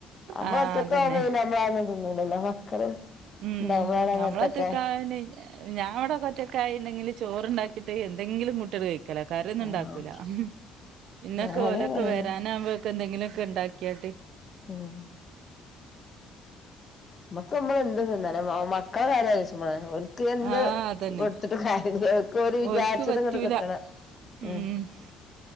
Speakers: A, on the left (about 30°); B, on the right (about 70°).
A: നമ്മ
B: ആഹ്
A: ഒറ്റക്ക്
B: അതന്നെ
A: ആവുമ്പോ നമ്മള് ആന്ന് തിന്നുല്ലല്ലോ മക്കള്
B: ഉം
A: ഇണ്ടാവുമ്പളാണ്
B: നമ്മളറ്റൊക്കന്ന്
A: അങ്ങനത്തൊക്കെ
B: ഞാൻ ഇവിടെ ഒറ്റക്കയ് ആയിണ്ടെങ്കിൽ ചോറണ്ടാക്കിട്ട് എന്തെങ്കിലും കൂട്ടി ആട്ട് കഴിക്ക കയിക്കല്ലാ കറി ഒന്നും ഉണ്ടാക്കൂല
A: ആഹ്
B: ഹും പിന്നൊക്കെ
A: ഞാനും
B: ഓല്
A: അങ്ങനെന്നെ
B: ഒക്കെ വരാന് അ ഒക്കെന്തെങ്കിലും ഒക്കെ ഉണ്ടാക്കിയാട്ട്
A: ഉം നമ്മക്ക് നമ്മളെന്ത്‌ തിന്നല്ലോ മക്കളെ കാര്യം ആലോചിച്ചുമ്മളാ നമ്മൾ എന്ത്
B: ആഹ് അതന്നെ
A: കൊടുത്തിട്ട് കാര്യമില്ല ഓർക്ക് വിചാരിച്ചത്
B: ഓൽക്ക് പറ്റൂല
A: അങ്ങോട്ട് കിട്ടണം ഉ
B: ഉം